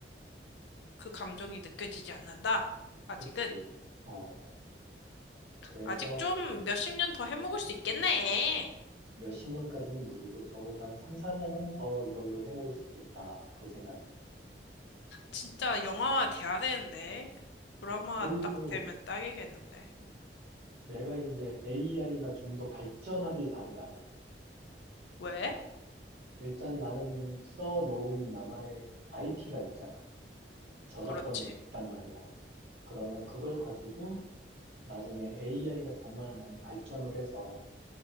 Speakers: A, on the left (about 80°); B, on the right (about 65°).
A: 그 감정이 느껴지지 않는다. 아직은.
B: 그치. 어. 그래서
A: 아직 좀 몇십 년 더 해먹을 수 있겠네.
B: 몇십 년까지는 무리고 적어도 한 3, 4년은 더 이걸로 해먹을 수 있겠다. 그 생각이지.
A: 진짜 영화 돼야 되는데. 드라마
B: 어. 그리고
A: 딱 되면 딱이겠는데. 음.
B: 내가 이제 AI가 좀 더 발전하길 바래 나는.
A: 왜?
B: 일단 나는 써놓은 나만의 IP가 있잖아. 저작권이
A: 그렇지.
B: 있단 말이야. 그러면 그걸 가지고 나중에 AI가 정말 많이 발전을 해서